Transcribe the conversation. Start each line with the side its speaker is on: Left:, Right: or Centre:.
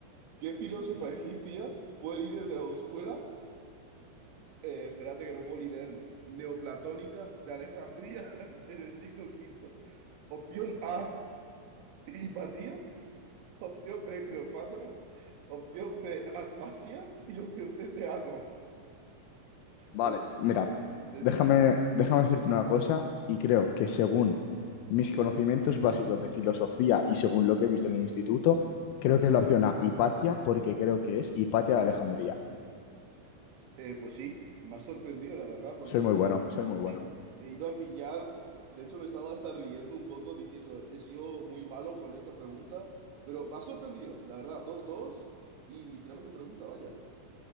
Right: ¿Qué filósofa egipcia fue líder de la escuela? Eh, espérate que no puedo ni leerlo. Neoplatónica de Alejandría <laughs> en el siglo quinto. Opción A, Hipatía. Opción B, Cleopatra. Opción C, Aspasia. Y opción C, Teano.
Left: Vale,
Right: Es difícil,
Left: mira,
Right: ¿eh? Es
Left: déjame,
Right: difícil.
Left: déjame decirte una cosa y creo que según mis conocimientos básicos de filosofía y según lo que he visto en el instituto, creo que es la opción A, Hipatia, porque creo que es Hipatia de Alejandría.
Right: Eh, pues sí, me ha sorprendido, la verdad, porque
Left: Soy
Right: he
Left: muy
Right: ido,
Left: bueno, soy muy bueno.
Right: he ido a pillar. De hecho, me estaba hasta riendo un poco diciendo, he sido muy malo con esta pregunta. Pero me ha sorprendido, la verdad. dos dos Y tírame tu pregunta, vaya.